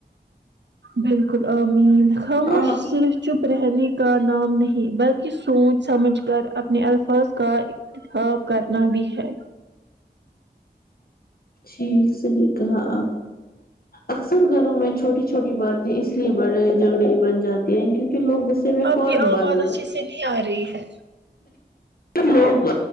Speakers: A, on the right; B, on the left.
A: بالکل امین خاموشی
B: ہاں
A: صرف چپ ریہنی کا نام نہیں بلکہ کی سوچ سمجھ کر اپنے الفاظ کا اتخاب کرنا بھی ہے
B: ٹھیک صحیح کہا اکثر گھروں میں چھوٹی چھوٹی باتیں اس لیے بڑے جھگڑے بن جاتی ہیں کیونکہ لوگ اس غصے میں
A: آپ
B: فورن
A: کی آواز
B: بادل
A: اچھے سے نہیں آ رہی ہے
B: لوگ